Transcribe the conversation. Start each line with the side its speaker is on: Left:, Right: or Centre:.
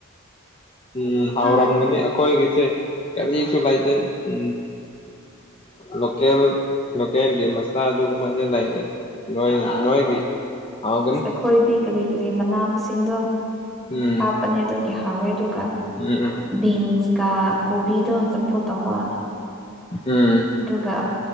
Left: ꯎꯝ ꯍꯥꯎꯔꯝꯒꯅꯤ
Centre: ꯍꯥ
Left: ꯑꯈꯣꯏ ꯀꯁꯦ ꯀ ꯆꯂꯥꯏ ꯎ ꯂꯀꯦꯜ ꯂꯣꯀꯦꯜꯒꯤ ꯃꯁꯇ ꯑꯗꯨꯒꯨꯝꯕꯁꯦ ꯂꯩꯇꯦ ꯅꯣꯏ ꯅꯣꯏꯒꯤ ꯍꯥꯎꯒꯅꯤ
Centre: ꯑꯁ ꯑꯩꯈꯣꯏꯗꯤ ꯀꯔꯤ ꯀꯔꯤ ꯃꯅꯥ ꯃꯁꯤꯡꯗꯣ
Left: ꯎꯝ
Centre: ꯍꯥꯞꯄꯅꯦ ꯑꯗꯨ ꯍꯋꯦꯗꯨꯒ
Left: ꯎꯝ
Centre: ꯕꯤꯟꯁ ꯀ ꯀꯣꯕꯤꯗꯣ ꯆꯝꯐꯣ ꯇꯧꯕ
Left: ꯎꯝ
Centre: ꯑꯗꯨꯒ